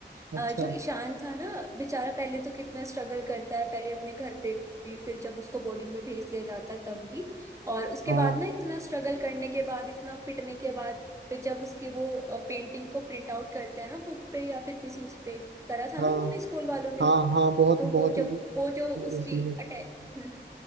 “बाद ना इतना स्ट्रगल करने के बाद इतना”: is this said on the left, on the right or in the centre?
Right